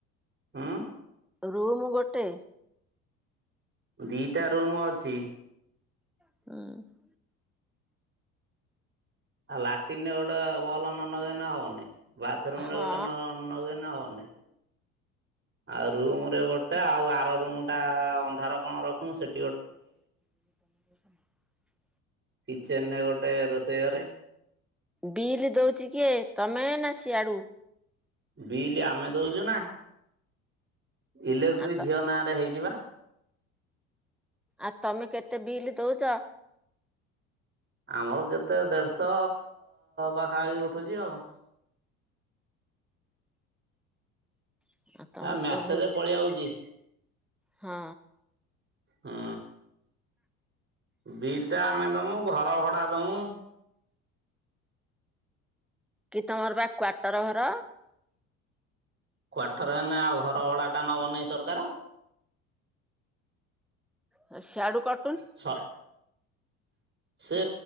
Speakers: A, on the right; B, in the centre.
A: ହୁଁ।
B: ରୁମୁ ଗୋଟେ।
A: ଦିଟା ରୁମୁ ଅଛି।
B: ହୁଁ।
A: ଆଉ ଲାଟିନରେ ଗୋଟେ ବଲ ନ ନଗେଇନେ ହବନି। ବାଥରୁମରେ
B: ହଁ
A: ଗୋଟେ ନ ନଗେଇନେ ହବନି। ଆଉ ରୁମୁରେ ଗୋଟେ ଆଉ ଆର ରୁମୁଟା ଅନ୍ଧାର କଣ ରଖିମୁ ସେ
B: <inaudible>
A: କିଚେନରେ ଗୋଟେ ରୋଷେଇ ଘରେ।
B: ବିଲି ଦଉଛି କିଏ ତମେ ନା ସିଆଡୁ।
A: ବିଲି ଆମେ ଦଉଚୁ ନା ଇଲେକ୍ଟ୍ରି
B: ଆ ତ
A: ଝିଅ ନାଁରେ ହେଇଚି ବା।
B: ଆଉ ତମେ କେତେ ବିଲି ଦଉଚ?
A: ଆମର କେତେ ଦେଢଶ ପାଖା ପାଖି ଉଠୁଚି ଆଉ।
B: ଆଉ ତମର
A: ଆ ମ୍ୟାସେଜେ
B: ତ ବହୁତ
A: ପଳି ଆଉଚି।
B: ହଁ।
A: ହୁଁ ବିଲଟା ଆମେ ଦମୁ ଘର ଭଡା ଦମୁ।
B: କି ତମର ବା କ୍ଵାଟର ଘର।
A: କ୍ଵାଟର ହେନେ ଆଉ ଘର ଭଡାଟା ନବ ନାହିଁ ସରକାର।
B: ହେ ସିଆଡୁ କ
A: ସ
B: ହ
A: ସେ